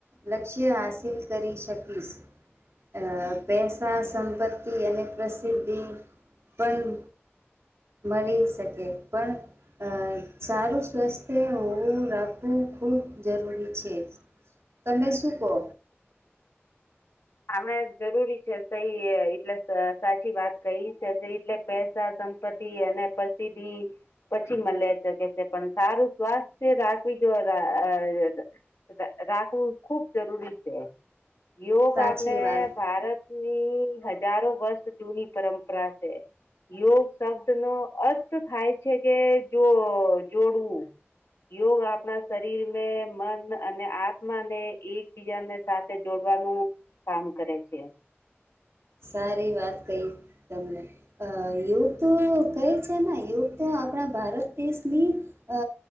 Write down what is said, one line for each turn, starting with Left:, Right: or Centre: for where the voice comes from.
Right: લક્ષ્ય હાસિલ કરી શકીશ. અ પેસા, સંપત્તિ, અને પ્રસિદ્ધિ પણ. મળી શકે પણ અ સારું સ્વસ્થ્ય હોવું રાખ ખું ખૂબ જરૂરી છે તમે શું કહો.
Left: આમે જરૂરી છે સઈ એટલે સાચી વાત કહી છે એટલે પેસા સંપતિ અને પ્રસિદધિ પછી મળે શકે છે પણ સારું સ્વાસ્થ્ય રાખવી તો અ આ ર રાખવું ખુબ જરૂરી છે.
Right: <inaudible>
Left: યોગ
Right: સાચી
Left: આપણે
Right: વાત
Left: ભારતની હજારો વર્ષ જૂની પરંપરા છે. યોગ શબ્દ નો અર્થ થાય છે કે જો જોડવું. યોગ આપણા શરીર ને મન અને આત્મા ને એકબીજાને સાથે જોડ વાનું કામ કરે છે.
Right: સારી વાત કઈ તમને અ યોગ તો કહે છે ને યોગ તો. આપણા ભારત દેશની અ